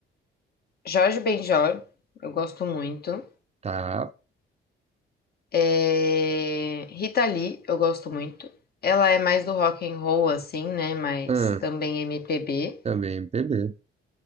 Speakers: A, on the left; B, on the right.
A: Jorge Benjor, eu gosto muito.
B: Tá,
A: É, Rita Lee, eu gosto muito. Ela é mais do rock and roll, assim, né? Mas
B: ah,
A: também MPB.
B: também MPB.